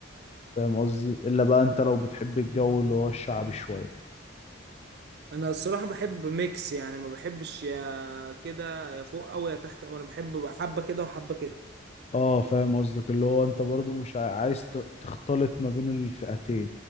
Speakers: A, on the left; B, on the right.
A: فاهم قصدي الا بقى انت لو بتحب الجو اللي هو الشعبي شوية
B: انا الصراحه بحب ميكس يعني ما بحبش يا كده يا فوق او يا تحت او انا بحب بقى حبه كده وحبه كده
A: اه فاهم قصدك اللي هو انت برضو مش عا- عايز ت- تختلط ما بين الفئتين